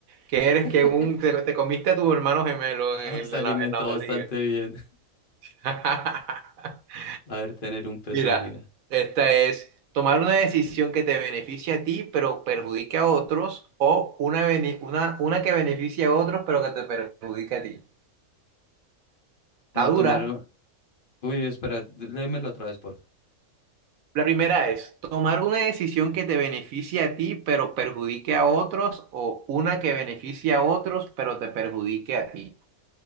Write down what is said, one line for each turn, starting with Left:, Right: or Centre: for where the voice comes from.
Right: que
Left: <laughs>
Right: eres que un, te, te comiste a tu hermano gemelo
Left: Ah,
Right: en, el-
Left: Se
Right: en
Left: alimentó
Right: la, en la barriga.
Left: bastante bien.
Right: <laughs>
Left: <laughs> A ver, tener un pezón,
Right: Mira,
Left: mira.
Right: esta es tomar una decisión que te beneficie a ti, pero perjudique a otros, o una, bene- una, una que beneficie a otros, pero que te perjudique a ti. Está
Left: No,
Right: dura.
Left: tomaron. Uy, espera, léemelo otra vez, porfa.
Right: La primera es tomar una decisión que te beneficie a ti, pero perjudique a otros, o una que beneficie a otros, pero te perjudique a ti.